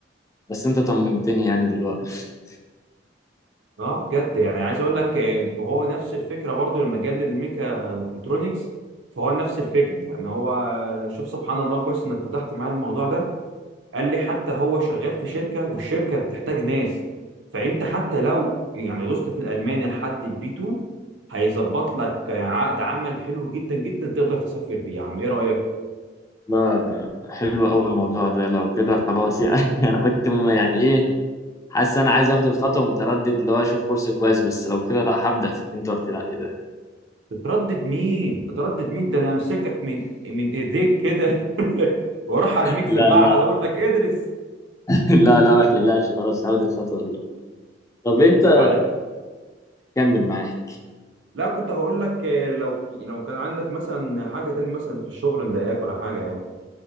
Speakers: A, on the left; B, on the right.
A: بس انت طمنتني يعني دلوقتي <laughs>
B: اه بجد يعني عايز اقول لك آه، هو نفس الفكره برضو لما جه للميكا الكترونكس فهو نفس الفكره يعني هو آه، شوف سبحان الله كويس انك فتحت معايا الموضوع ده قال لي حتى هو شغال في شركة والشركة بتحتاج ناس فأنت حتى لو يعني دوست في الألماني لحد البي 2 هيظبط لك عقد عمل حلو جدا جدا تقدر تسافر بيه يا عم إيه رأيك؟
A: لا ده حلو قوي الموضوع ده لو كده خلاص يعني <laughs> انا كنت م- يعني ايه حاسس انا عايز اخد الخطوه متردد اللي هو اشوف كورس كويس بس لو كده لا هبدا في اللي انت قلت لي عليه ده
B: تتردد مين؟ تتردد مين؟ ده أنا أمسكك من من إيديك كده <laughs> وأروح أرميك في
A: لا
B: المعهد
A: لا
B: أقول لك ادرس
A: <laughs> لا لا ما تقلقش خلاص هاخد الخطوه دي طب انت
B: طب وعلى كده
A: كمل معايا
B: لا كنت هقول لك آه، لو لو كان عندك مثلا حاجة تاني مثلا في الشغل مضايقاك ولا حاجة يعني